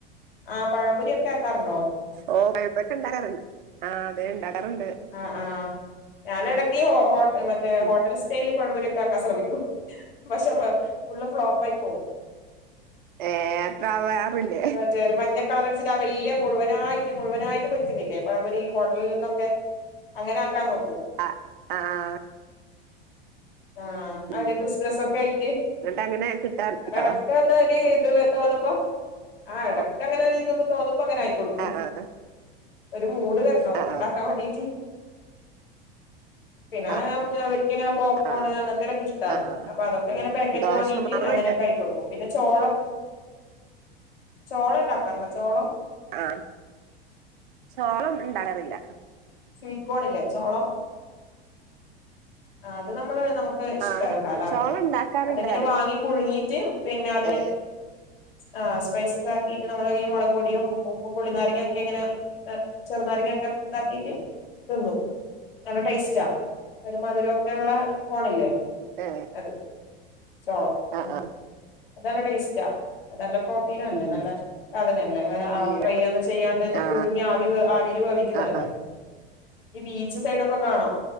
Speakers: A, on the left (about 70°); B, on the right (about 55°).
A: ആഹ്, പഴം പൊരിയൊക്കെ ആക്കാറുണ്ടോ?
B: ഓഹ്, പഴം പൊരിയൊക്കെ ഉണ്ടാക്കാറ്ണ്ട് ആഹ്, അതെ ഉണ്ടാക്കാറുണ്ട്.
A: ആഹ്, ആഹ് ഞാനെടയ്ക്ക് ഹോ ഹോ മറ്റേ
B: ഉം.
A: ഹോട്ടൽസ് സ്റ്റൈല് പഴ മ്പൊരിയൊക്കെ ആക്ക ശ്രമിക്കും. പക്ഷെ, ഫുള്ളും ഫ്ലോപ്പ് ആയി പോവും.
B: ഏഹ് വേവാറില്ല.
A: മറ്റേ ഒരു മഞ്ഞ കളറടിച്ചിട്ട് ആഹ്, വല്യ മുഴുവനായിട്ട്, മുഴുവനായിട്ട് പൊരിക്കുന്നില്ലേ. പഴം പൊരി ഈ ഹോട്ടൽ ന്നൊക്കെ നിന്നൊക്കെ അങ്ങനാക്കാൻ നോക്കും.
B: അഹ്, ആഹ്
A: ആഹ്,
B: ഉം
A: അവരെ ക്രിസ്പി നെസ് ഒക്കെ ആയിട്ട്
B: എന്നിട്ട് അങ്ങനെ കിട്ടാറുണ്ടോ
A: എടക്കന്നൊരിത് തോന്നുമ്പോ, ആഹ്, എടക്കങ്ങനൊരി
B: ഓ
A: തൊക്കെ തോന്നുമ്പോ, അങ്ങനെ ആക്കി ക്കൊടുക്കും.
B: ആ ആ
A: ഒരു മൂട് വരണം.
B: ആ ആ
A: ഒണ്ടാക്കാൻ വേണ്ടീട്ട്. പിന്നെ
B: ആ
A: അവരിക്കിങ്ങനെ പോ പോണ്
B: ആ
A: അങ്ങൻ ത്തെലൊക്കെ ഇഷ്ട്ടാണ്.
B: ആ ആ
A: അപ്പൊ, അതൊക്കെ ഇങ്ങനെ പാക്കറ്റ്
B: ദോശമാവുണ്ട്
A: വാങ്ങീട്ട് അങ്ങനെയൊക്കെ ആക്കി കൊടുക്കും. പിന്നെ, ചോളം ചോളണ്ടാക്കാറു ണ്ടോ, ചോളം.
B: ആഹ്, ചോളം ഉണ്ടാക്കാറില്ല.
A: സ്വീറ്റ് കോണില്ലേ? ചോളം. ആഹ്, അത് നമ്മള് നമുക്ക് ഇഷ്ട
B: ആ ചോ-
A: ഇവിട ല്ലാർക്കും.
B: ചോളം ഉണ്ടാക്കാറില്ല
A: അതി ങ്ങനെ
B: അറിയ
A: വാങ്ങി പുഴുങ്ങിട്ട്, പിന്നെ അതില്
B: ഏ
A: ആഹ്, സ്പൈസസ് ആക്കീട്ട് നമ്മള് ഈ മുളക് പൊടിയും, ഉപ്പും, പുളി നാരങ്ങ യൊക്കെ ഇങ്ങനെ ചെറുനാരങ്ങയൊക്കെ ഇതാക്കിട്ട് തിന്നും. നല്ല ടേസ്റ്റാ ഈ, മധുരോക്കെയുള്ള കോണില്ലേ?
B: ഏഹ്
A: അത്, ചോളം.
B: ആഹ്,
A: ഉം
B: ആഹ്
A: അത് നല്ല ടേസ്റ്റാ. അത് നല്ല പ്രോട്ടീനും അല്ലേ,
B: ഉം ഉം
A: നല്ല സാധനല്ലേ? ന ആഹ്,
B: ഇവിടെ
A: ഫ്രൈ ഒന്നും ചെയ്യാണ്ട്,
B: ആ
A: പുഴുങ്ങി ആവി ആവിൽ വേവിക്കുന്നതല്ലേ?
B: ആ ആ
A: ഈ, ബീച്ച് സൈഡ് ഒക്കെ കാണും.